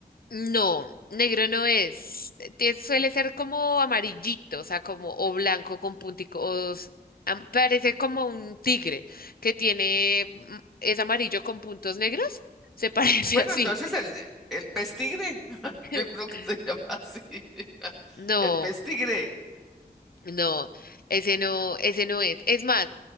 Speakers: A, on the left; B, in the centre.
A: no, negro no es. Te- suele ser como amarillito, o sea, como o blanco con punticos. am- Parece como un tigre que tiene, mm, es amarillo con puntos negros. Se parece
B: Bueno,
A: así.
B: entonces el, el pez tigre, <laughs>
A: <laughs>
B: yo creo que se llama así. <laughs>
A: No.
B: El pez tigre.
A: No, ese no, ese no es. Es más,